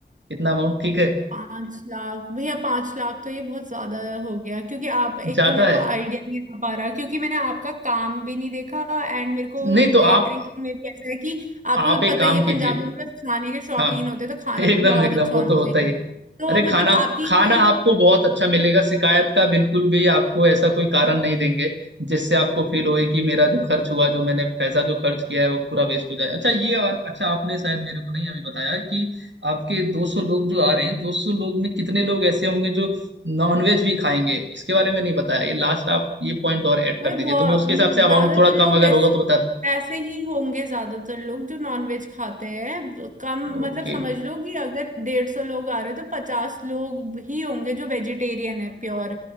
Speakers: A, on the right; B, on the right.
A: इतना अमाउंट ठीक है
B: पांच लाख भैया पांच लाख तो ये बहुत ज्यादा हो गया क्योंकि आप एक
A: ज्यादा
B: तो मेरे
A: है
B: को आइडिया नहीं आ पा रहा क्योंकि मैंने आपका काम भी नहीं देखा एंड मेरे को
A: नहीं तो
B: केटरिंग
A: आप
B: में भी ऐसा है कि आपको
A: आप
B: तो
A: एक
B: पता
A: काम
B: ही है
A: कीजिए
B: पंजाबियों में बस खाने के शौकीन
A: हाँ
B: होते हैं तो खाना
A: <laughs> एकदम
B: तो बहुत
A: एकदम
B: अच्छा
A: वो
B: होना
A: तो
B: चाहिए
A: होता ही है
B: तो
A: अरे खाना
B: मतलब आपकी
A: खाना
B: कोई
A: आपको बहुत अच्छा मिलेगा शिकायत का बिल्कुल भी आपको ऐसा कोई कारण नहीं देंगे जिससे आपको फील
B: हाँ
A: होए कि मेरा जो खर्च हुआ जो मैंने पैसा जो खर्च किया है वो पूरा वेस्ट हो जाए अच्छा ये और अच्छा आपने शायद मेरे को नहीं अभी बताया कि आपके 200 लोग जो आ रहे हैं 200 लोग में कितने लोग ऐसे होंगे जो नॉनवेज भी खाएंगे इसके बारे में नहीं बताया ये लास्ट आप ये पॉइंट और ऐड कर
B: भाई
A: दीजिए
B: बहुत
A: तो मैं उसके हिसाब से अमाउंट
B: ज्यादातर
A: थोड़ा
B: लोग
A: कम अगर
B: ऐसे
A: होगा तो बता दें
B: ऐसे ही होंगे ज्यादातर लोग जो नॉनवेज खाते हैं कम
A: ओके
B: मतलब समझ लो कि अगर डेढ़ सौ लोग आ रहे हैं तो पचास लोग ही होंगे जो वेजिटेरियन है प्योर